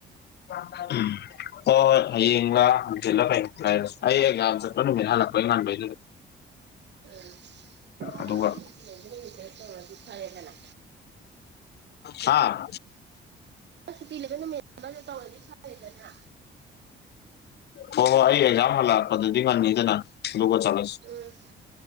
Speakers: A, on the left; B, on the right.
A: ꯎꯝ ꯍꯣꯏ ꯍꯣꯏ ꯍꯌꯦꯡꯡꯂꯥ ꯍꯟꯆꯤꯜꯂ ꯐꯩꯥꯏꯔ ꯑꯩ ꯑꯦ ꯆꯠꯄ ꯅꯨꯃꯤꯠ ꯍꯜꯂꯛꯄꯩ ꯉꯥꯟꯕꯩꯗꯨꯗ
B: ꯎꯝ
A: ꯑꯗꯨꯒ
B: ꯁꯨꯇꯤ ꯂꯩꯕ ꯅꯨꯃꯤꯠꯇ ꯇꯧꯔꯗꯤ ꯐꯔꯦꯗꯅ
A: ꯍꯥꯥ
B: ꯁꯨꯇꯤ ꯂꯩꯕ ꯅꯨꯃꯤꯠ ꯑꯃꯗ ꯇꯧꯔꯗꯤ ꯁꯔꯦꯗꯅ
A: ꯍꯣꯏ ꯍꯣꯏ ꯑꯩ ꯑꯦꯛꯖꯥꯝ ꯍꯜꯂꯛꯄꯗꯨꯗꯤ ꯉꯉꯗꯅ ꯂꯒ ꯆꯂꯁ
B: ꯎꯝ